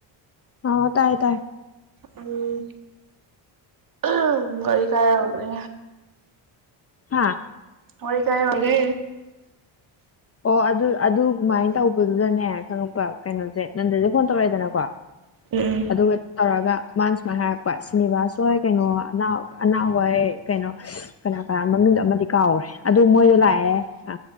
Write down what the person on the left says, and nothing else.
ꯑ ꯇꯥꯏꯌꯦ ꯇꯥꯏꯌꯦ
ꯍꯥꯥ
ꯑꯣ ꯑꯗꯨ ꯑꯗꯨꯃꯥꯏꯟ ꯇꯧꯕꯗꯨꯗꯅꯦ ꯈꯪꯉꯛꯄ ꯀꯩꯅꯣꯖꯦ ꯅꯟꯗꯗ ꯐꯣꯟ ꯇꯧꯔꯛꯑꯦꯗꯅꯀꯣ <unintelligible>
ꯑꯗꯨꯒ ꯇꯧꯔꯒ ꯃꯥꯅ ꯁꯨꯃꯥꯏ ꯍꯥꯏꯔꯛꯄ ꯁ꯭ꯔꯤꯅꯤꯕꯥꯁ ꯍꯣꯏ ꯀꯩꯅꯣ ꯑꯅꯥꯎ ꯑꯅꯥꯎ ꯍꯣꯏ ꯀꯩꯅꯣ ꯑꯁ ꯀꯅꯥ ꯀꯅꯥꯅꯣ ꯃꯃꯤꯡꯗꯣ ꯑꯃꯗꯤ ꯀꯥꯎꯒ꯭ꯔꯦ ꯑꯗꯨ ꯃꯣꯏꯗ ꯂꯥꯛꯑꯦ ꯑ